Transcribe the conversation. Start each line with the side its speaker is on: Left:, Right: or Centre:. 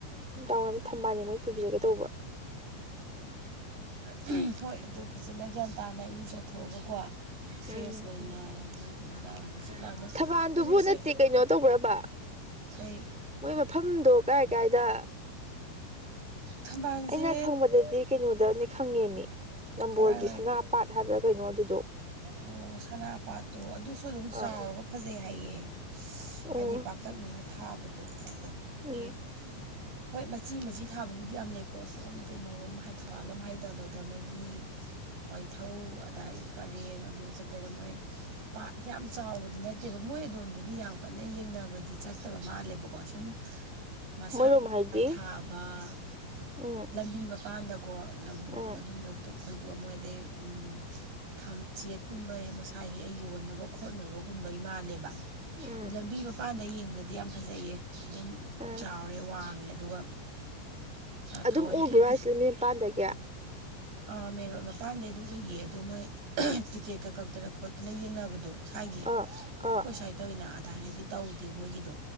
Centre: ꯗꯥꯋꯥꯏꯔꯝꯗ ꯊꯝꯕꯥꯜ ꯌꯦꯡꯕ ꯑꯣꯏꯅ ꯄꯨꯕꯤꯔꯒꯦ ꯇꯧꯕ
Right: ꯍꯣꯏ ꯍꯣꯏ ꯑꯗꯨ ꯐꯖꯅ ꯒ꯭ꯌꯥꯟ ꯇꯥꯅ ꯏꯔꯨꯖꯊꯣꯛꯑꯒꯀꯣ ꯐ꯭ꯔꯦꯁ
Centre: ꯎꯝ
Right: ꯑꯣꯏꯅ
Centre: <inaudible>
Right: ꯅꯨꯡꯗꯥꯡꯋꯥꯏꯔꯝ ꯍꯥꯡꯆꯤꯛ ꯂꯥꯡꯕ
Centre: ꯊꯕꯥꯜꯗꯨꯕꯨ
Right: ꯍꯧꯖꯤꯛꯁꯦ
Centre: ꯅꯠꯇꯦ ꯀꯩꯅꯣ ꯇꯧꯕ꯭ꯔꯕ
Right: ꯀꯩ
Centre: ꯃꯣꯏ ꯃꯐꯝꯗꯣ ꯀꯥꯏ ꯀꯥꯏꯗ
Right: ꯊꯝꯕꯥꯜꯁꯦ
Centre: ꯑꯩꯅ ꯈꯪꯕꯗꯗꯤ ꯀꯩꯅꯣꯗꯅꯤ ꯈꯪꯉꯦꯃꯤ ꯅꯝꯕꯣꯜꯒꯤ
Right: ꯀꯔꯥꯏꯋꯥꯏ
Centre: ꯁꯅꯥꯄꯥꯠ ꯍꯥꯏꯕ꯭ꯔꯥ ꯀꯩꯅꯣ ꯑꯗꯨꯗꯣ
Right: ꯑꯣ ꯁꯅꯥꯄꯥꯥꯠꯇꯣ ꯑꯗꯨꯁꯨ ꯑꯗꯨꯝ ꯆꯥꯎ
Centre: ꯑꯥ
Right: ꯍꯥꯎꯔꯒ ꯐꯖꯩ ꯍꯥꯏꯌꯦ
Centre: ꯑꯣ
Right: ꯍꯥꯏꯗꯤ ꯄꯥꯛꯇꯛꯅꯅ ꯊꯥꯕꯗꯣ ꯑꯗꯨꯗꯒꯤ
Centre: ꯎꯝ
Right: ꯍꯣꯏ ꯃꯆꯤ ꯃꯆꯤ ꯊꯥꯕꯕꯨꯗꯤ ꯌꯥꯝ ꯂꯩꯀꯣ ꯁꯣꯝ ꯀꯩꯅꯣꯔꯣꯝ ꯊꯧꯕꯥꯜꯂꯣꯝ ꯍꯥꯏꯗꯕꯗ ꯃꯣꯏꯒꯤ ꯋꯥꯏꯊꯧ ꯑꯗꯥꯏ ꯄꯔꯦꯡ ꯑꯗꯨ ꯆꯠꯄꯩꯗ ꯃꯣꯏ ꯄꯥꯠ ꯌꯥꯝ ꯆꯥꯎꯕꯗꯤ ꯅꯠꯇꯦꯕ ꯃꯣꯏ ꯑꯗꯣꯝꯗꯗꯤ ꯌꯥꯝ ꯀꯟꯅ ꯌꯦꯡꯅꯕꯗꯤ ꯆꯠ ꯐꯠꯇꯕ ꯃꯥꯜꯂꯦꯕꯀꯣ ꯁꯨꯝ ꯃꯁꯥ
Centre: ꯃꯣꯏꯔꯣꯝ ꯍꯥꯏꯗꯤ
Right: ꯊꯥꯕ
Centre: ꯎꯝ
Right: ꯂꯝꯕꯤ ꯃꯄꯥꯟꯗꯀꯣ ꯂꯧꯕꯨꯛ
Centre: ꯎꯝ
Right: ꯑꯗꯨꯝꯕꯗꯣ ꯈꯣꯏꯗꯣ ꯃꯣꯏ ꯗꯩ ꯎꯝ ꯊꯝꯆꯦꯠꯀꯨꯝꯕ ꯃꯁꯥ ꯍꯦꯛꯑ ꯌꯣꯟꯅꯕ ꯈꯣꯠꯅꯕꯒꯨꯝꯕꯩ ꯃꯥꯜꯂꯦꯕ
Centre: ꯎꯝ
Right: ꯂꯝꯕꯤ ꯃꯄꯥꯟꯗ ꯌꯦꯡꯕꯗꯗꯤ ꯌꯥꯝ ꯐꯖꯩꯌꯦ ꯑꯗꯨꯝ
Centre: ꯎꯝ
Right: ꯆꯥꯎꯔꯦ ꯋꯥꯡꯉꯦ ꯑꯗꯨꯒ ꯊꯥꯋꯟꯒꯤ
Centre: ꯑꯗꯨꯝ ꯎꯕ꯭ꯔꯣ ꯍꯥꯏꯁꯤ ꯂꯝꯕꯤ ꯃꯄꯥꯟꯗꯒꯤ
Right: ꯑꯥ ꯃꯦꯟ ꯔꯣꯗ ꯃꯄꯥꯟꯗꯩ ꯑꯗꯨꯝ ꯎꯏꯌꯦ ꯑꯗꯣ ꯃꯣꯏ ꯇꯤꯛꯀꯦꯠꯀ ꯀꯛꯇꯅ ꯈꯣꯠꯇꯅ ꯌꯦꯡꯅꯕꯗꯣ ꯁꯥꯏꯒꯤ
Centre: ꯑꯥ
Right: ꯑꯩꯈꯣꯏ
Centre: ꯑꯥ
Right: ꯁ꯭ꯋꯥ ꯇꯧꯋꯤꯅ ꯑꯗꯥꯏꯅꯗꯤ ꯇꯧꯗꯦ ꯃꯣꯏꯒꯤꯗꯣ